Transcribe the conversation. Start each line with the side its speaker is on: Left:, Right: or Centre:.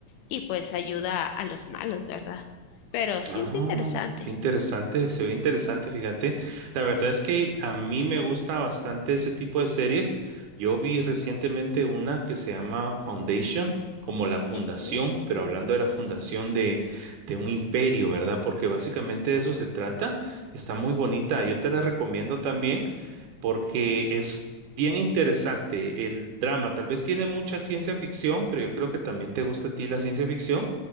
Left: y pues ayuda a los malos, ¿verdad? Pero sí
Right: Ah,
Left: es interesante.
Right: qué interesante, se ve interesante, fíjate. La verdad es que a mí me gusta bastante ese tipo de series. Yo vi recientemente una que se llama Foundation, como la fundación,
Left: Ujú,
Right: pero hablando de la fundación de, de un imperio, ¿verdad? Porque básicamente de eso se trata. Está muy bonita, yo te la recomiendo también porque es bien interesante el drama. Tal vez tiene mucha ciencia ficción, pero yo creo que también te gusta a ti la ciencia ficción.